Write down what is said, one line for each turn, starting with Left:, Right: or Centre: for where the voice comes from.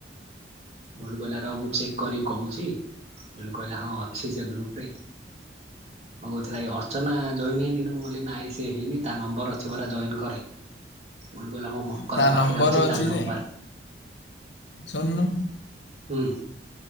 Right: ବୁଲୁ କହିଲା ର ମୁଁ ଚେକ୍ କରି କହୁଛି ବୁଲୁ କହିଲା ହଁ ଅଛି ସେ ଗ୍ରୁପ ରେ ହଁ କହୁଥିଲ ଏଇ ଅର୍ଚ୍ଚନା ଜଏନ ହେଇନିଁ କହିଲି ନାଇଁ ସେ ହେଇନି ତା ନମ୍ବର ଅଛି ପରା ଜଏନ୍ କରେ ବୁଲୁ କହିଲା ମୋ ମକର
Left: ତା
Right: ପାଖରେ
Left: ନମ୍ବର
Right: ଅଛି ତା ନମ୍ବର।
Left: ଯେ ଶୁଣୁନୁ?
Right: ହୁଁ।